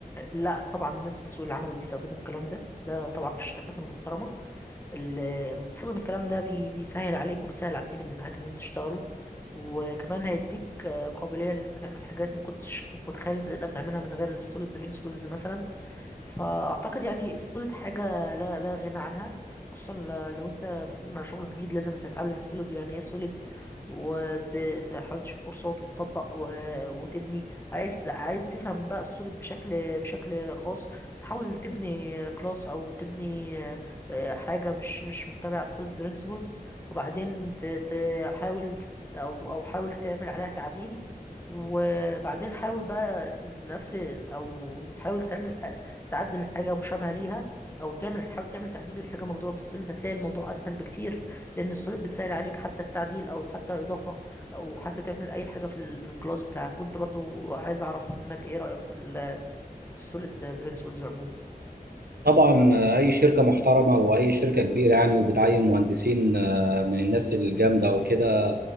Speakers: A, on the left; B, on the right.
A: لا طبعا الناس في سوق العمل بيستخدموا الكلام ده ده طبعا في الشركات المحترمة ال- لما تستخدم الكلام ده بي- بيسهل عليك وبيسهل على التيم اللي معاك ان انتوا تشتغلوا وكمان هيديك آه، قابلية ان انت تعمل حاجات ما كنتش كنت متخيل انت تقدر تعملها من غير السوليد برينسيبلز مثلا فاعتقد يعني السوليد حاجة لا لا غنى عنها خصوصا ل- لو انت بتقدم على شغل جديد لازم تتعلم السوليد يعني ايه سوليد وتحاول تشوف كورسات وتطبق و- وتبني عايز عايز تفهم بقى السوليد بشكل بشكل خاص تحاول تبني كلاس او تبني آه، حاجة مش مش متبعة على السوليد برينسيبلز وبعدين ت- تحاول أو أو حاول تعمل عليها تعديل وبعدين حاول بقى نفس أو حاول تعمل ح- تعدل حاجة مشابهة ليها أو تعمل تحاول تعمل تعديل لحاجة مكتوبة بالسوليد هتلاقي الموضوع أسهل بكتير لأن السوليد بتسهل عليك حتى التعديل أو حتى إضافة أو حتى تعمل أي حاجة في ال في الكلاس بتاعك كنت برضو عايز أعرف منك إيه رأيك في ال- في السوليد برينسيبلز عموما
B: طبعا آه، اي شركه محترمه واي شركه كبيره يعني وبتعين مهندسين آه، من الناس الجامده وكده